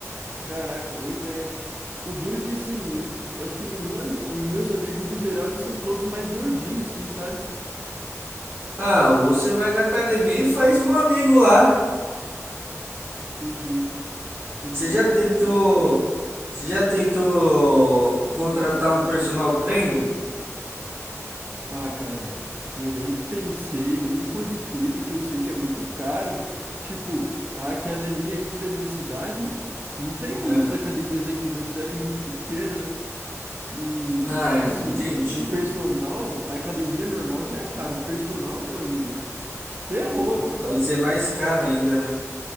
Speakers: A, on the right; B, on the right.
A: Caraca, boa ideia. O duro é que, assim, eu acho que nenhum ami... meus amigos, no geral, eles são todos mais gordinhos, assim, sabe?
B: Ah, ou você vai na academia e faz um amigo lá.
A: Entendi, entendi.
B: Você já tentou. Você já tentou contratar um personal trainer?
A: Ah, cara, eu nem pensei, nem cogitei, porque eu sei que é muito caro. Tipo, a academia aqui da minha cidade, não tem muitas
B: É.
A: academias aqui, uma cidade muito pequena, né? E,
B: Ah, é,
A: assim,
B: entendi.
A: um personal, a academia normal já é caro, um personal, meu amigo, ferrou, velho.
B: Vai ser mais caro ainda, né?